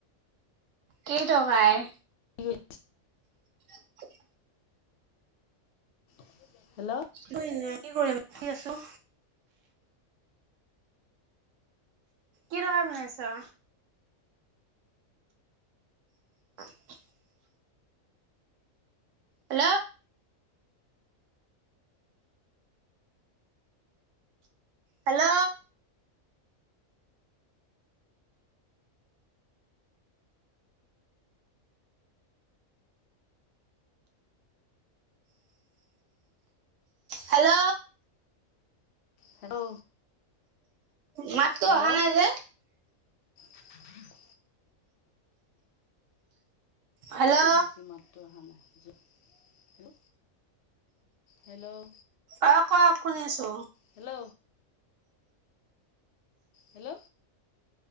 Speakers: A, on the right; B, on the left.
A: কি তৰকাৰী?
B: কি কৰি
A: <unintelligible>
B: <unintelligible> হেল্লো'।
A: কি কৰি আছা? কি কৰিম বহি আছো। কি তৰকাৰি বনাইছ? <unintelligible> হেল্ল'। Hello hello.
B: হেল্ল।
A: মাতটো
B: হেল্ল'
A: অহা নাই যে?
B: <unintelligible>
A: হেল্ল'
B: কিনো হৈছে মাতটো অহা নাই যে হেল্ল হেল্ল'
A: অ কওক শুনি আছো।
B: হেল্ল'। হেল্ল'।